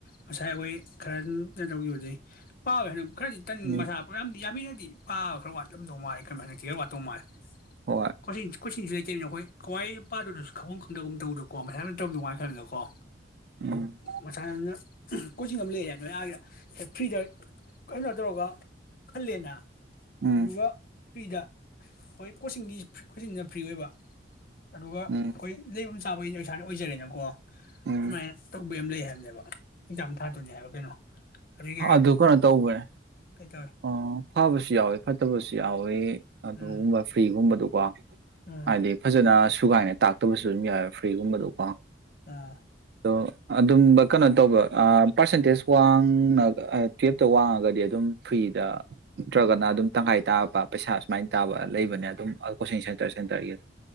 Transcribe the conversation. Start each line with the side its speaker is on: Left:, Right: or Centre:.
Left: ꯉꯁꯥꯏ ꯑꯩꯈꯣꯏ ꯈꯔ ꯀꯩꯟ ꯇꯧꯒꯤꯕꯗꯩ ꯄꯥꯕ ꯍꯟꯗ ꯈꯔꯗꯤ ꯇꯟ
Right: ꯃꯤ
Left: ꯃꯁꯥ ꯄ ꯌꯥꯝꯗꯤ ꯌꯥꯝꯃꯤꯏ ꯗꯤ ꯄꯥꯕ ꯈꯔ ꯋꯥꯠꯂꯝꯗꯧ ꯃꯥꯥꯏ ꯑꯩ ꯈꯟꯕꯗ ꯇꯤ ꯈꯔ ꯋꯥꯠ ꯇꯣꯥꯏ ꯄꯥꯜ
Right: ꯍꯣꯏ
Left: ꯀꯁꯤꯡ ꯁ ꯀꯣꯆꯤꯡꯁꯨ ꯂꯩ ꯇꯩꯏꯃꯤꯅ ꯑꯈꯣꯏ ꯀꯋꯥꯏ ꯄꯥꯗꯨꯗꯁꯨ ꯈꯪꯕꯝ ꯈꯪꯗꯒꯨꯝꯇꯧꯕꯗꯀꯣ ꯃꯁꯥꯅ ꯇꯧꯔꯝꯗꯧ ꯃꯈꯜꯗꯨꯀꯣ
Right: ꯎꯝ
Left: ꯃꯆꯥꯅꯅ ꯀꯣꯆꯤꯡ ꯑꯃ ꯂꯩꯏ ꯑ ꯅꯣꯏ ꯑꯏꯗ ꯐ꯭ꯔꯤꯗ ꯀꯩꯅꯣ ꯇꯧꯔꯒ ꯈꯜꯂꯦꯅ
Right: ꯎꯝ
Left: ꯑꯗꯨꯒ ꯐ꯭ꯔꯤꯗ ꯍꯣꯏ ꯀꯣꯆꯤꯡꯒꯤ ꯀꯣꯆꯤꯡꯅ ꯐ꯭ꯔꯤ ꯑꯣꯏꯕ ꯑꯗꯨꯒ
Right: ꯎꯝ
Left: ꯈꯣꯏ ꯂꯩꯕꯝ ꯆ ꯆꯥꯕꯩꯅ ꯏꯁꯥꯅ ꯑꯣꯏꯖꯔꯦꯅꯀꯣ ꯥꯑꯗꯄꯥꯏꯅ
Right: ꯎꯝ
Left: ꯇꯧꯕ ꯑꯝ ꯂꯩ ꯅꯦꯕ ꯑꯦꯛꯖꯥꯝ ꯊꯥꯗꯣꯅꯤ ꯍꯥꯕ ꯀꯩꯅꯣ ꯑꯗꯨꯒꯤ
Right: ꯑ ꯑꯗꯨ ꯀꯩꯅꯣ ꯇꯧꯕꯣꯏꯔꯦ
Left: ꯀꯩ ꯇꯧꯋꯦ
Right: ꯑꯣ ꯐꯥꯕꯁꯨ ꯌꯥꯎꯋꯦ ꯐꯠꯇꯕꯁꯨ ꯌꯥꯎꯋꯦ ꯑꯗꯣ
Left: ꯎꯝ
Right: ꯎꯕ ꯐ꯭ꯔꯤ ꯒꯨꯝꯕꯗꯨꯀꯣ
Left: ꯑꯣ
Right: ꯍꯥꯏꯗꯤ ꯐꯖꯅ ꯁꯨꯒꯥꯏꯅ ꯇꯥꯛꯇꯕꯁꯨ ꯑꯋꯨꯝ ꯌꯥꯎꯋꯦ ꯐ꯭ꯔꯤꯒꯨꯝꯕꯗꯣ ꯀꯣ
Left: ꯑꯣ
Right: ꯗꯣ ꯑꯗꯨꯝꯕꯀꯅ ꯇꯧꯕ ꯑ ꯄꯥꯔꯁꯦꯟꯇꯦꯖ ꯋꯥꯡꯅꯒ ꯑ ꯇꯨꯌꯦꯜꯞꯇ ꯋꯥꯡꯉꯒꯗꯤ ꯑꯗꯨꯝ ꯐ꯭ꯔꯤꯗ ꯅꯠꯇ꯭ꯔꯒꯅ ꯑꯗꯨꯝ ꯇꯪꯈꯥꯏ ꯇꯥꯞꯄ ꯄꯩꯁꯥ ꯁꯨꯃꯥꯏꯟ ꯇꯥꯕ ꯂꯩꯕꯅꯦ ꯑꯗꯨꯝ ꯀꯣꯆꯤꯡ ꯁꯦꯟꯇꯔ ꯁꯦꯟꯇꯔꯒꯤ ꯑ